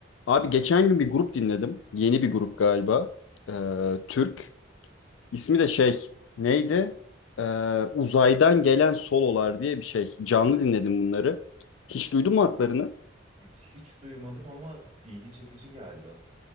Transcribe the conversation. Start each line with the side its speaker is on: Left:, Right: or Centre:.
Left: Abi geçen gün bir grup dinledim. Yeni bir grup galiba. Ee, Türk. İsmi de şey neydi? Ee, Uzaydan Gelen Sololar diye bir şey. Canlı dinledim bunları. Hiç duydun mu adlarını?
Right: Hiç duymadım ama ilgi çekici geldi.